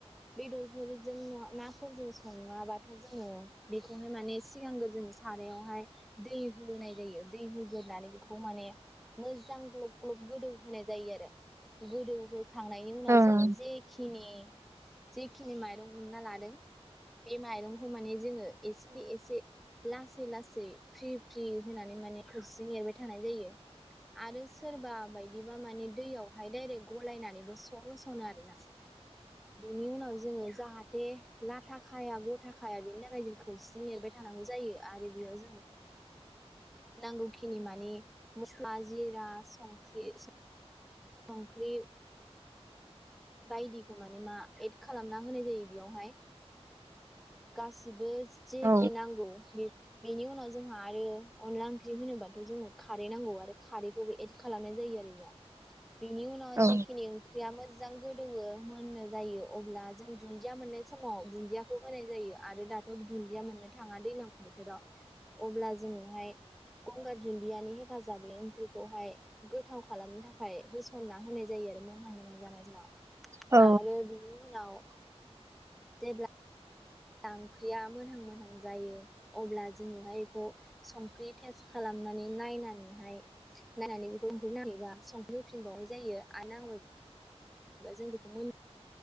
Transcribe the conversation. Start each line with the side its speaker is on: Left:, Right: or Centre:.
Centre: बेदरफोरजों नाफोरजों सङाबाथ' जोङो बेखौहाय माने सिगांग्रो जों सारायावहाय दै होनाय जायो दै होग्रोनानै बेखौ माने मोजां ग्लब ग्लब गोदौ होनाय जायो आरो गोदौ हो खांनायनि उनाव
Right: औ
Centre: जोङो जेखिनि जेखिनि माइरं उनना लादों बे माइरंखौ माने जोङो एसे एसे लास लासै लासै फ्रि फ्रि होनानै माने कची एरबाय थानाय जायो आरो सोरबा बायदिबा माने दैयावहाय डायरेक्ट गलायनानैबो स होस'नो आर ना बेनि उनाव जोङो जाहाथे लाथाखाया गथा खाया बेनि थाखाय जों खोरसि एरबाय थानांगौ जायो आरो बेयाव जों नांगौखिनि मानिे मस्ला जिरा संख्रि संख्रि बायदिखौ माने मा एड खालामना होनाय जायो बेयावहाय गासिबो जेखि
Right: औ
Centre: नांगौ बे बेनि उनाव जोंहा आरो अनला ओंख्रि होनोबाथ' जोंनो खारै नांगौ आरो खारैखौबो एद खालामनाय जायो आरो इआव। बिनि उनाव
Right: औ
Centre: जेखिनि ओंख्रिया मोज मोजां गोदौवो मोननो जायो अब्ला जों दुन्दिया मोननाय समाव दुन्दियाखौ होनाय जायो आरो दाथ दुन्दिया मोननो थाङा दैलां बोथोराव अब्ला जोङोहाय गंगार दुन्दियानि हेफाजाबै ओंख्रिखौहाय गोथाव खालामनो थाखाय होसनना होनाय जायो आरो मोनहां मोनहां जानाय समाव
Right: औ
Centre: आरो बिनि उनाव जेब्ला ब्ला ओंख्रिया मोनहां मोनहां जायो अब्ला जोङोहाय इखौ संख्रि टेस्ट खालामनानै नायनानैहाय नायनानै बेखौ संख्रि नाङाखैबा संख्रि होफिनबावनाय जायो आरो नांबाय दा जों बेखौ मोन